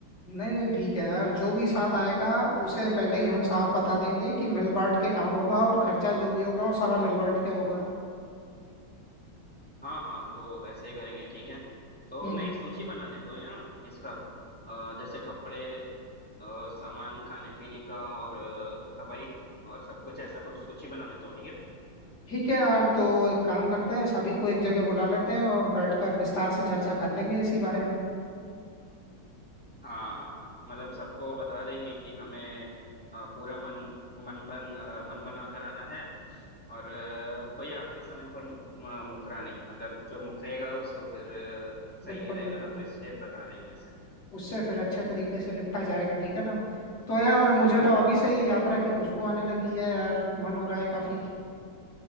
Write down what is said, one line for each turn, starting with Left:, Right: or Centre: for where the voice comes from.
Left: नहीं नहीं ठीक है यार जो भी साथ आएगा उसे पहले ही हम साफ बता देंगे कि मिल बांट के काम होगा और खर्चा जो भी होगा वो सारा
Centre: <laughs>
Left: मिल बांट के होगा
Centre: हाँ हाँ तो ऐसे ही करेंगे ठीक है तो
Left: हम्म
Centre: मैं
Left: हम्म।
Centre: एक सूची बना लेता हूँ यार इसका अ, जैसे कपड़े अ, सामान खाने पीने का और अ, दवाई और सब कुछ ऐसा कुछ सूची बना लेता हूँ ठीक है
Left: ठीक है यार तो एक काम करते हैं सभी को एक जगह बुला लेते हैं और बैठकर विस्तार से चर्चा कर लेंगे इसी बारे में
Centre: हाँ मतलब सबको बता देंगे कि हमें अ, पूरा मन मन बन अ, मन बना कर आना है और अ, कोई आखिरी समय पर मुक, म- मुकरा नहीं मतलब जो मुकरेगा उसको फिर अ, सही
Left: बिल्कुल
Centre: नहीं रहेगा
Left: बिल्कुल
Centre: ना तो इसलिए बता देंगे सर
Left: उससे फिर अच्छे तरीके से निपटा जाएगा ठीक है ना तो यार मुझे
Centre: <laughs>
Left: तो अभी से ही यात्रा की खुशबू आने लगी है यार मन हो रहा है काफी